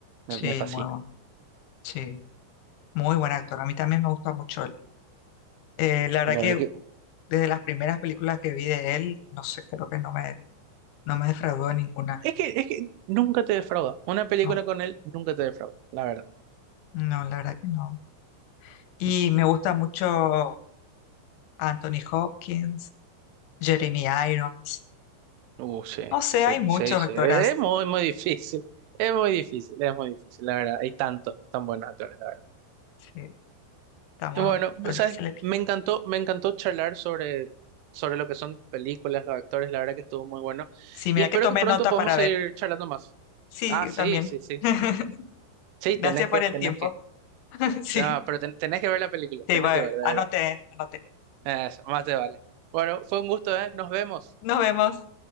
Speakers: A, on the right; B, on the left.
A: me,
B: Sí,
A: me fascina.
B: muy bueno. Sí, muy buen actor. A mí también me gusta mucho él. Eh, la verdad
A: La
B: que
A: verdad que
B: desde las primeras películas que vi de él, no sé, creo que no me, no me defraudó en ninguna.
A: es que es que nunca te defrauda. Una película
B: No,
A: con él nunca te defrauda, la verdad.
B: no, la verdad que no. Y
A: <laughs>
B: me gusta mucho Anthony Hopkins, Jeremy Irons.
A: Uh, sí,
B: No sé,
A: sí,
B: hay muchos
A: sí, sí.
B: actoras.
A: Es muy, muy difícil. Es muy difícil, es muy difícil, la verdad. Hay tantos tan buenos actores, la verdad.
B: Sí, estamos,
A: Bueno,
B: está
A: ¿sabes?
B: difícil elegir.
A: Me encantó, me encantó charlar sobre, sobre lo que son tus películas, los actores, la verdad que estuvo muy bueno.
B: Sí, mira
A: Y espero
B: que tomé
A: que pronto
B: nota
A: podamos
B: para
A: seguir
B: ver.
A: charlando más.
B: Sí,
A: Ah,
B: yo
A: sí,
B: también.
A: sí, sí.
B: <laughs>
A: Sí, tenés
B: Gracias por
A: que,
B: el
A: tenés
B: tiempo.
A: que.
B: <laughs> Sí,
A: Ah, pero ten- tenés que ver la película,
B: sí,
A: tenés
B: va,
A: que ver, de
B: anoté,
A: verdad.
B: anoté.
A: Eso, más te vale. Bueno, fue un gusto, ¿eh? Nos vemos.
B: Nos vemos.